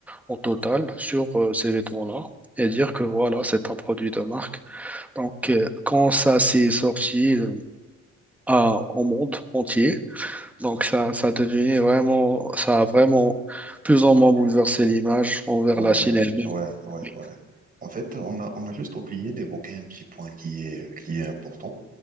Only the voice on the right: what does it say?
Ouais,
ouais, ouais,
ouais. En fait, on a, on a juste oublié d'évoquer un petit point qui est, qui est important,